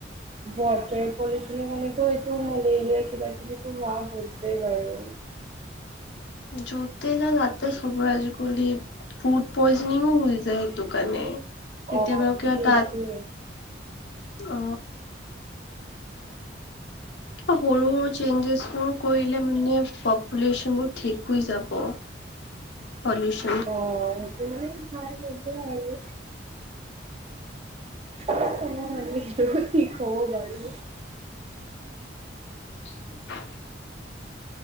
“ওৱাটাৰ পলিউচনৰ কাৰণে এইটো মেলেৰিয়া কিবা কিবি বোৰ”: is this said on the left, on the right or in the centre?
Right